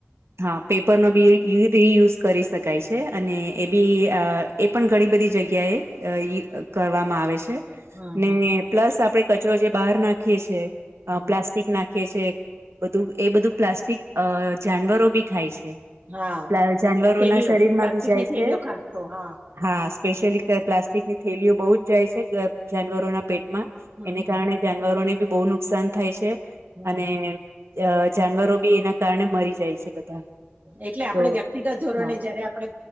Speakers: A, on the right (about 85°); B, on the right (about 40°).
A: હા પેપરનો બી રિયુઝ કરી શકાય છે અને એ બી એ પણ ઘણી બધી જગ્યાએ કરવામાં આવે છે.
B: હમ
A: ને
B: હમ
A: પ્લસ આપણે કચરો જે બહાર નાખીએ છે,
B: હમ
A: પ્લાસ્ટ પિક નાખી છ છે બધું એ બધું પ્લાસ્ટિક જાનવરો બી ખાય છે.
B: હા
A: પલા જાનવરો
B: થેલીઓ
A: ના શરીર
B: પ્લાસ્ટિકની
A: માં ભી જાય
B: થેલીઓ
A: છે.
B: ખાસ તો હા
A: હા સ્પેશિયલી પ્લાસ્ટિકની થેલીઓ બહુ જ જાય છે જાનવરોના પેટમાં.
B: હમ
A: એને
B: હમ
A: કારણે જાનવરોને બી બહુ નુકસાન થાય છે,
B: હમ
A: અને અ જાનવરો બી એના કારણે મરી જાય છે. બધા
B: એટલે આપડે
A: તો
B: વ્યક્તિગત ધોરણે
A: હા
B: જયારે આપડે